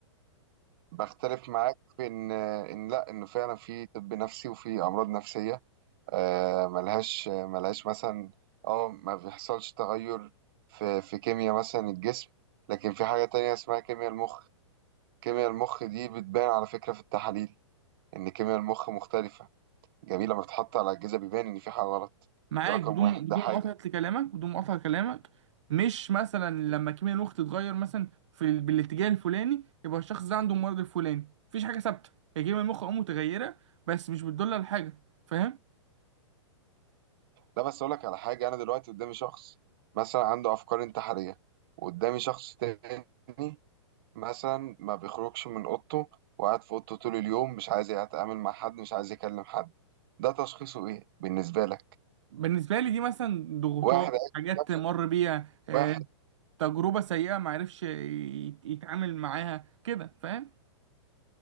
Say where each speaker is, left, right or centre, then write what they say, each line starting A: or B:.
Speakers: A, on the right; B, on the right.
A: بختلف معاك في ان ان لا انه فعلا في طب نفسي وفي امراض نفسيه آه، ملهاش ملهاش مثلا اه ما بيحصلش تغير في في كيمياء مثلا الجسم لكن في حاجة تانية اسمها كيمياء المخ كيمياء المخ دي بتبان على فكرة في التحاليل إن كيمياء المخ مختلفة جميل لما بتتحط على الأجهزة بيبان إن في حاجة غلط
B: معاك
A: ده رقم
B: بدون
A: واحد
B: بدون
A: ده حاجة
B: مقاطعة لكلامك بدون مقاطعة لكلامك مش مثلا لما كيمياء الوقت تتغير مثلا في ال- بالاتجاه الفلاني يبقى الشخص ده عنده المرض الفلاني مفيش حاجة ثابتة هي كيمياء المخ اه متغيرة بس مش بتدل على حاجة فاهم
A: لا بس أقول لك على حاجة أنا دلوقتي قدامي شخص مثلا عنده أفكار انتحارية وقدامي شخص تاني مثلا ما بيخرجش من اوضته وقاعد في اوضته طول اليوم مش عايز يتعامل مع حد مش عايز يكلم حد ده تشخيصه ايه بالنسبة لك
B: بالنسبة لي دي مثلا ضغوطات
A: واحد عايز
B: حاجات
A: نفسه
B: مر بيها
A: واحد
B: آه، تجربة سيئة معرفش يت- يتعامل معاها كده فاهم